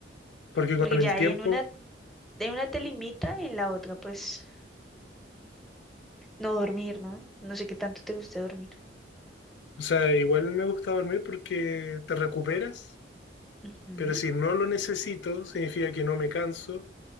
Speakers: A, on the left; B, in the centre.
A: Porque
B: porque
A: con
B: ya
A: el tiempo,
B: hay en una, en una te limita, en la otra, pues no dormir, ¿no? No sé qué tanto te gusta dormir.
A: o sea, igual me gusta dormir porque te recuperas,
B: Ujú,
A: pero si no lo necesito, significa que no me canso